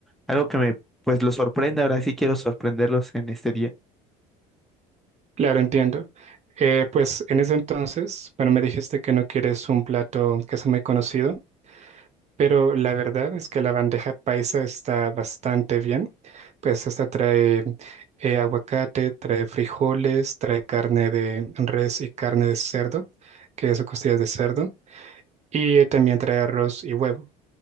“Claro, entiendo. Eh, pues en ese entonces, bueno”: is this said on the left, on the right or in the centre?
Right